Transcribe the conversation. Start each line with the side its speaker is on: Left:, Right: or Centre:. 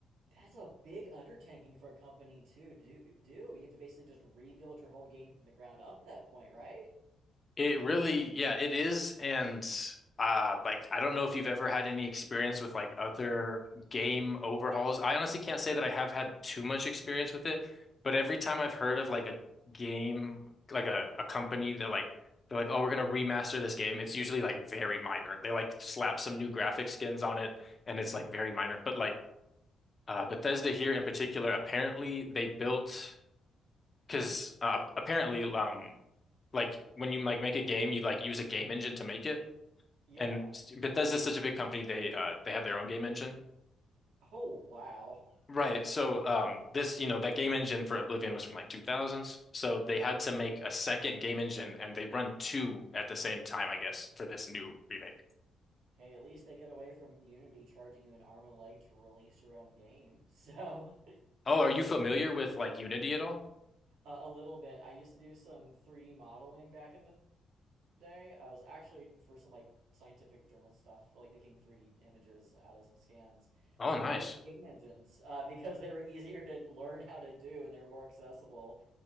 Right: that's a big undertaking for a company to do do. You have to basically just rebuild your whole game from the ground up at that point, right?
Left: It really, yeah, it is. And uh like I don't know if you've ever had any experience with like other game overhauls. I honestly can't say that I have had too much experience with it, but every time I've heard of like a game, like a, a company that like they're like, oh, we're gonna remaster this game, it's usually like very minor. They like slap some new graphic skins on it and it's like very minor. But like uh Bethesda here in particular, apparently they built because uh, apparently um like when you like make a game, you like use a game engine to make it.
Right: Yeah.
Left: And s- Bethesda's such a big company, they uh they have their own game engine.
Right: Oh, wow.
Left: Right. So um this, you know, that game engine for Oblivion was from like 2000s. So they had to make a second game engine and they run two at the same time, I guess, for this new remake.
Right: Hey, at least they get away from Unity charging you an arm and a leg to release your own game. So,
Left: Oh, are you familiar with like Unity at all?
Right: <laughs> a a little bit. I used to do some 3D modeling back in the today. I was actually for some like scientific journal stuff, like making 3D images out of some scans.
Left: Oh,
Right: But
Left: nice.
Right: we used the game engines uh, <laughs> because they were easier to learn how to do and they were more accessible.